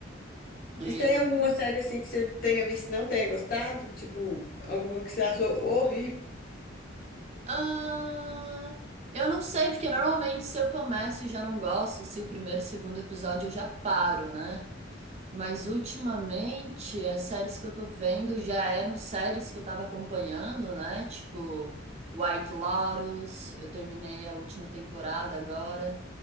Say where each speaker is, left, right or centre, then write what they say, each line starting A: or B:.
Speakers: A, on the right; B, on the left.
A: E-
B: E tem alguma série assim que você tenha visto e não tenha gostado? Tipo, alguma que você achou horrível?
A: ah, eu não sei, porque normalmente se eu começo e já não gosto, se o primeiro e o segundo episódio eu já paro, né? Mas ultimamente, as séries que eu tô vendo já eram séries que eu tava acompanhando, né? Tipo, White Lotus, eu terminei a última temporada agora.